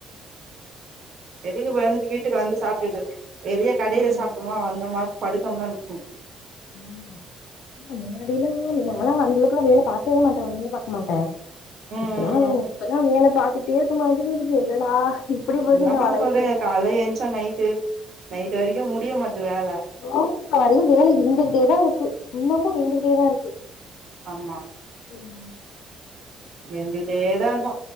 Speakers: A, on the right (about 60°); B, on the left (about 80°).
A: எதுக்கு வந்து வீட்டுக்கு வந்து சாப்ட்டுட்டு வெளிய கடையிலயே
B: ம்
A: சாப்பிட்டோமா வந்தோமா படுத்தோமா இருக்கனு
B: ஆமா முன்னாடில்லா நான்லா அந்தளவுக்கெல்லா வேல பாக்கவே மாட்டே ஒன்னுமே பாக்க மாட்டே
A: ம்
B: இப்பல்லா
A: ம் ம்
B: இப்பல்லா வேல பாத்துட்டே இருக்க மாதிரி இருக்கு என்னடா இப்டி போச்சு
A: என்ன
B: நம்ம
A: பண்ண
B: லைஃபு.
A: சொல்றீங்க கால்ல எந்திச்சா நைட்டு நைட்டு வரைக்கு முடிய மாட்து வேல
B: தூங்குற வரையு வேலை இருந்துகிட்டேதா இருக்கு இன்னமு இருந்துகிட்டேதா இருக்கு
A: ஆமா
B: ம்
A: இருந்துகிட்டேதா இருக்கு